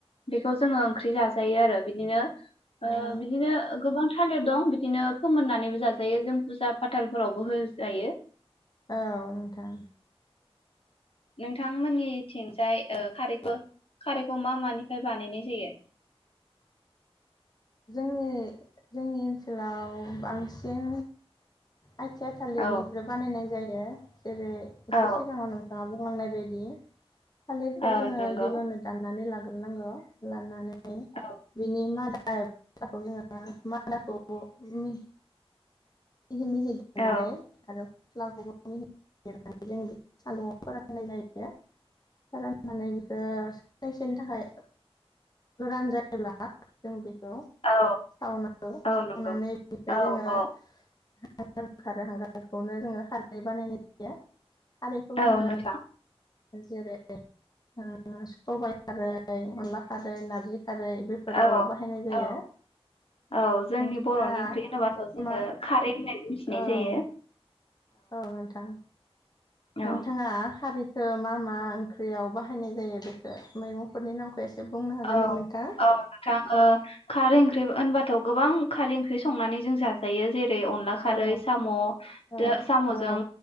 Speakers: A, on the left; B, on the left.
A: बेखौ जोङो ओंख्रि जाजायो आरो बिदिनो ओ
B: औ
A: बिदिनो गोबां थालिर दं बिदिनो फोमोन्नानैबो जाजायो जों फुजा फाथालफोरावबो होजायो।
B: औ नोंथां
A: नोंथांमोन्निथिंजाय ओ खारैखौ खारैखौ मा मानिफ्राय बानायनाय जायो?
B: जोंनि जोंनि ओन्सोलाव बांसिन आथिया थालिरनिफ्राय
A: औ
B: बानायनाय जायो। <unintelligible> जेरै एसे
A: औ
B: सिगाङाव नोंथाङा बुं बुंनाय बायदि थालिरखौ
A: औ
B: जोङो
A: नंगौ
B: गिबियावनो दाननानै लाग रोनांगौ लानानै
A: औ
B: बिनि मादा खौ जोङो मादाखौ मि मिहि मिहि दाननानै
A: औ
B: आरो फस्लाखौबो मिनानै जों <inaudible> सान्दुंआव फोराननाय जायो। फोराननानै बेखौ साननैसोनि थाखाय गोरान जायोब्ला जों बे गौ
A: औ
B: सावनांगौ
A: औ
B: सावनानै
A: नंगौ
B: बेनिफ्राय
A: औ
B: जोङो
A: औ
B: हांगारबो ओंखारो हांगारखौनो जोङो खारै बानायनाय जायो। खारैखौ
A: औ
B: जोङो
A: नोंथां
B: जेरै ओ सबाय खारै, अनला खारै, नार्जि खारै बेफोराव
A: औ
B: बाहायनाय जायो।
A: औ औ जोंनि
B: नोंथाङा
A: बर'नि ओंख्रि होनोबाथ जोङो
B: मा
A: खारै होन्नानै मिथिनाय
B: औ
A: जायो।
B: औ नोंथां।
A: औ
B: नोंथाङा खारै खौ मा मा ओंख्रियाव बाहायनाय जायो बेखौ मैगंफोरनि नामखौ एसे बुंनो हागोन
A: औ
B: नामा नोंथां
A: औ नोंथां ओ खारै ओंख्रि होनबाथाय गोबां खारै ओंख्रि संनानै जों जाजायो जेरै जेरै अनला खारै,
B: औ
A: सामदों
B: औ
A: सामजों
B: औ